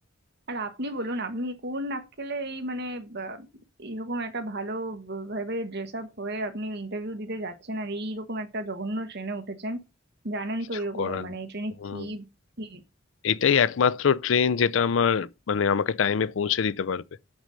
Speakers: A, on the right; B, on the left.
A: আর আপনি বলুন আপনি কোন নাক্কেলে এই মানে বা, এইরকম একটা ভালো ব- ভাবে ড্রেস আপ হয়ে আপনি ইন্টারভিউ দিতে যাচ্ছেন আর এইরকম একটা জঘন্য ট্রেনে উঠেছেন জানেন
B: কিছু
A: তো এরকম
B: করার
A: মানে
B: নেই
A: এই ট্রেনে
B: হুম
A: কি ভিড়
B: এটাই একমাত্র ট্রেন যেটা আমার মানে আমাকে টাইমে পৌঁছে দিতে পারবে